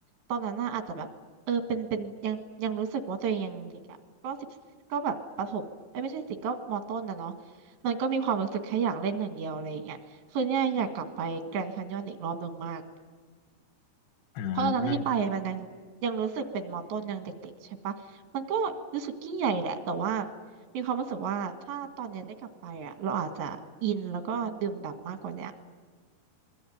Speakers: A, on the right (about 85°); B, on the left (about 80°).
A: ตอนนั้นน่ะอาจจะแบบเออเป็นเป็นยังยังรู้สึกว่าตัวเองยังเด็กอ่ะก็สิบก็แบบประถมเอ้ยไม่ใช่สิก็มอต้นนะเนาะมันก็มีความรู้สึกแค่อยากเล่นอย่างเดียวอะไรอย่างเงี้ยคือเนี่ยอยากกลับไปแกรนด์แคนยอนอีกรอบหนึ่งมาก
B: อ่า
A: เพราะตอนนั้นที่ไปมันยังยังรู้สึกเป็นมอต้นยังเด็กๆใช่ปะมันก็รู้สึกยิ่งใหญ่แหละแต่ว่ามีความรู้สึกว่าถ้าตอนเนี้ยได้กลับไปอ่ะเราอาจจะอินแล้วก็ดื่มด่ำมากกว่าเนี้ย